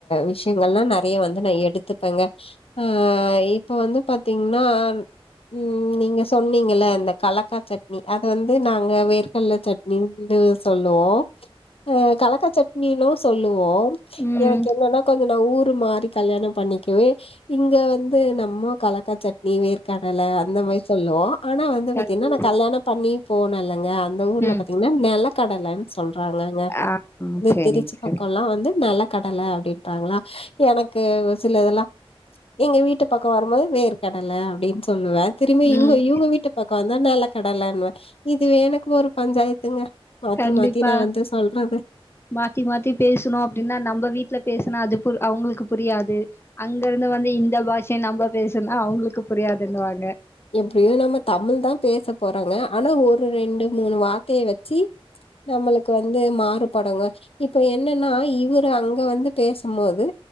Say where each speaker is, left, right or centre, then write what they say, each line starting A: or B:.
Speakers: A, on the left; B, on the left.
A: விஷயங்கள்ல்லா நிறைய வந்து வந்து நா எடுத்துப்பேங்க ஆ இப்ப வந்து பாத்தீங்கன்னா உம் நீங்க சொன்னீங்க இந்த கலக்கா சட்னி அது வந்து நாங்க வேர்க்கல்ல சட்னிந்து சொல்லுவோ அ கலக்க சட்னினு சொல்லுவோ
B: ம்
A: எனக்கு என்னன்னா கொஞ்ச ஊர் மாரி கல்யாண பண்ணிக்கவே இங்க வந்து நம்ம கலக்கா சட்னி வேர் கடல அந்த மாதிரி சொல்லுவோ ஆனா வந்து
B: கண்டிப்பா.
A: பாதீங்கன்ன நா கல்யாண பண்ணி போனே இல்லங்க அந்த ஊர்ல
B: ம்
A: பாத்தீங்கன்னா நெ ல கடலன்னு சொல்றாங்க இங்க
B: ஆ ம்
A: இந்த
B: செரி
A: திருச்சி
B: செரி
A: பக்கம்ல்லா வந்து நெலக் கடல அப்படின்றாங்களா எனக்கு சில தெல்லா எங்க வீட்டு பக்க வரும்போது வேர் கடல அப்படின்னு சொல்லுவே திரும்பி இங்க
B: ம்
A: இவங்க வீட்டு பக்கம் வந்தா நெல கடலன்வ இதுவே எனக் ஒரு பஞ்சாயத்துங்க மாத்தி
B: கண்டிப்பா
A: மாத்தி நா வந்து சொல்றது
B: மாத்தி மாத்தி பேசணு அப்படின்னா நம்ம வீட்டுல பேசனா அது அவங்களுக்கு புரியாது அங்க இருந்து வந்து இந்த பாஷைய நம்ம பேசுனா அவங்களுக்கு புரியாதுன்னுவாங்க
A: எப்படியோ நம்ம தமிழ் தா பேச போறாங்க ஆனா ஒரு ரெண்டு மூணு வார்த்தைய வச்சு நம்மளுக்கு வந்து மா படங்க இப்ப என்னன்னா இவரு அங்க வந்து பேசும்போது